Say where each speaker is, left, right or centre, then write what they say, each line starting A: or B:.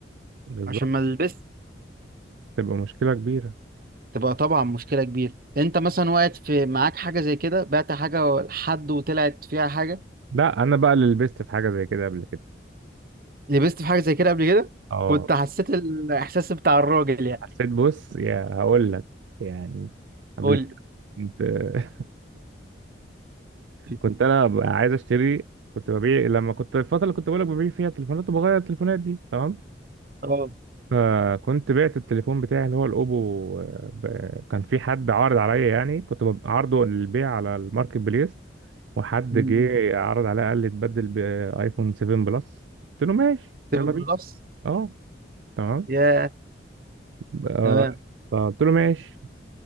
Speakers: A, on the right (about 80°); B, on the right (about 50°).
A: بالظبط
B: عشان ما البس
A: تبقى مشكله كبيره
B: تبقى طبعا مشكله كبيره انت مثلا وقعت في معاك حاجه زي كده بعت حاجه لحد وطلعت فيها حاجه
A: لا انا بقى اللي لبست في حاجه زي كده قبل كده
B: لبست في حاجه زي كده قبل كده
A: اه
B: كنت حسيت الاحساس بتاع الراجل يعني
A: حسيت بص يا هقول لك يعني قبل
B: قول
A: كده كنت <laughs>
B: لي
A: كنت انا ب- عايز اشتري كنت ببيع لما كنت الفتره اللي كنت بقولك ببيع فيها تليفونات وبغير التليفونات دي تمام
B: اه
A: فكنت بعت التليفون بتاعي اللي هو الاوبو آه، ب- كان في حد عارض عليا يعني كنت بب- عارضه للبيع على الماركت بليس وحد
B: مم.
A: مم. جه عرض عليا قال لي اتبدل بايفون 7 بلس قلت له ماشي
B: تمام
A: يلا بينا
B: بلس
A: اه تمام
B: يا
A: ب- آه،
B: تمام
A: فقلت له ماشي